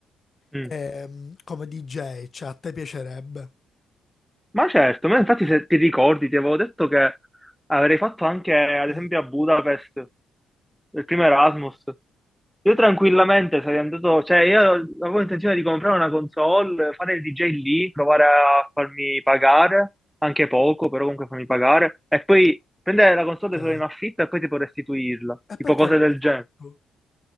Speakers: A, in the centre; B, on the left.
A: Mm.
B: ehm, come DJ, cioè a te piacerebbe.
A: Ma certo, ma infatti se ti ricordi, ti avevo detto che avrei fatto anche, ad
B: Mm,
A: esempio, a Budapest. del primo Erasmus. Io tranquillamente sarei andato, cioè io avevo intenzione di comprare una console, fare il DJ lì, provare a farmi pagare, anche poco, però comunque farmi pagare, e poi prendere la console
B: ok,
A: solo in affitto e poi tipo restituirla,
B: e
A: tipo
B: perché
A: cose
B: non
A: del
B: l'hai fatto?
A: genere,